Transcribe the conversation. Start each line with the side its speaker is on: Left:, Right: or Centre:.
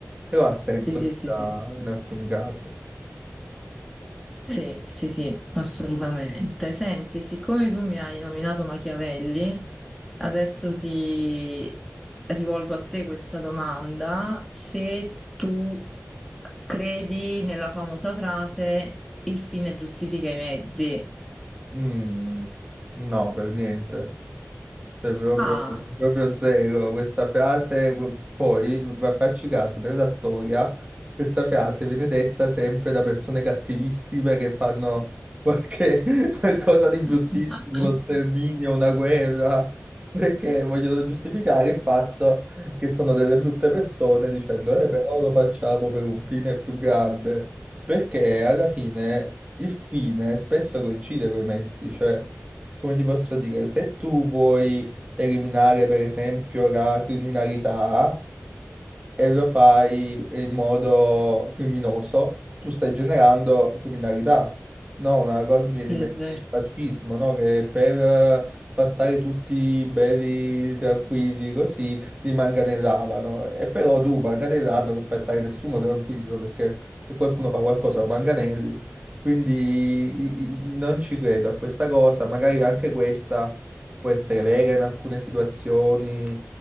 Right: Però ha senso
Centre: Sì, sì, sì,
Right: da-
Centre: sì.
Right: in alcuni casi.
Centre: Sì, sì, sì, assolutamente. Senti, siccome tu mi hai nominato Machiavelli, adesso ti rivolgo a te questa domanda. Se tu credi nella famosa frase il fine giustifica i mezzi.
Right: Mm, no, per niente. Cioè, proprio,
Centre: Ah,
Right: proprio zero questa frase. Poi, ma facci caso, nella storia questa frase viene detta sempre da persone cattivissime che fanno qualche, <laughs> qualcosa di bruttissimo,
Centre: <laughs>
Right: uno sterminio, una guerra, perché vogliono giustificare il fatto che sono delle brutte persone dicendo, eh, però lo facciamo per un fine più grande, perché alla fine il fine spesso coincide con i mezzi, cioè come ti posso dire, se tu vuoi eliminare per esempio la criminalità, e lo fai in modo criminoso, tu stai generando criminalità. No, una cosa mi viene
Centre: sì,
Right: in
Centre: è
Right: mente
Centre: vero.
Right: il fascismo, no? Che per eh, far stare tutti belli, tranquilli, così li manganellavano. E però tu manganellando non fai stare nessuno tranquillo, perché se qualcuno fa qualcosa lo manganelli. Quindi i- i- non ci credo a questa cosa, magari anche questa può essere vera in alcune situazioni.